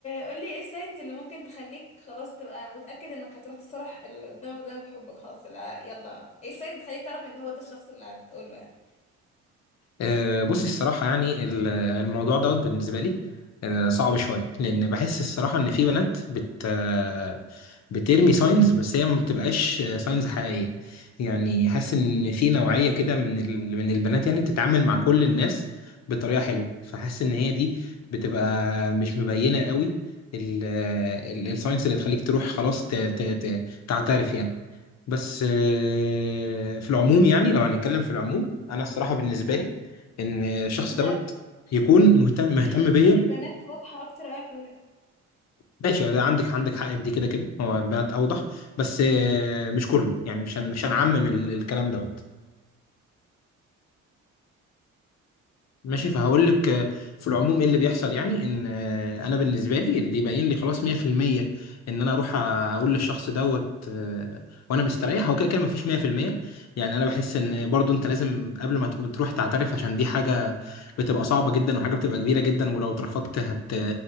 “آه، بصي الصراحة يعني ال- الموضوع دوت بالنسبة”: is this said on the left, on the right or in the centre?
Left